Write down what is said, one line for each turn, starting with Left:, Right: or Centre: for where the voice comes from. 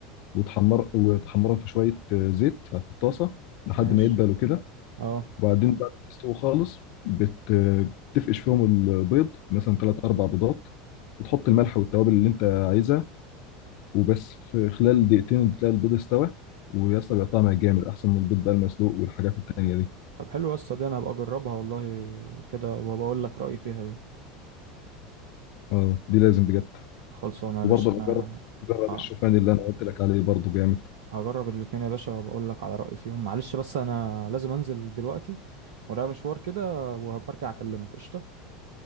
Left: وتحمر وتحمرهم في شويه زيت في الطاسه لحد
Right: ماشي
Left: ما يدبلوا كده
Right: اه
Left: وبعدين بعد ما يستووا خالص بت... بتفقش فيهم البيض مثلا ثلاث اربع بيضات وتحط الملح والتوابل اللي انت عايزها وبس في خلال دقيقتين بتلاقي البيض استوى ويا اسطى بيبقى طعمها جامد احسن من البيض بقى المسلوق والحاجات التانية دي
Right: طب حلو يسطا دي انا هبقى اجربها والله كده وبقول لك رايي فيها ايه
Left: اه دي لازم بجد
Right: خلصانه يا
Left: وبرضه
Right: باشا
Left: بجرب
Right: انا
Left: جرب
Right: آه.
Left: الشوفان اللي انا قلت لك عليه برضه جامد
Right: هجرب الاتنين يا باشا وبقول لك على رايي فيهم معلش بس انا لازم انزل دلوقتي ورايا مشوار كده وهبقى ارجع اكلمك قشطه